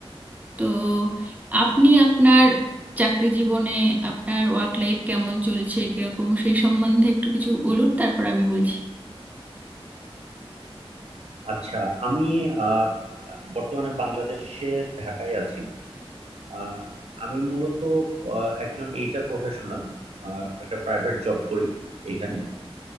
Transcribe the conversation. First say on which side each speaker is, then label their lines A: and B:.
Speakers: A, on the right; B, on the right.
A: তো আপনি আপনার চাকরি জীবনে আপনার ওয়ার্ক লাইফ কেমন চলছে কিরকম সেই সম্বন্ধে একটু কিছু বলুন তারপর আমি বলছি
B: আচ্ছা আমি আহ, বর্তমানে বাংলাদেশের ঢাকায় আছি আহ, আমি মূলত আহ, একজন এইচআর প্রফেশনাল একটা প্রাইভেট জব করি এখানে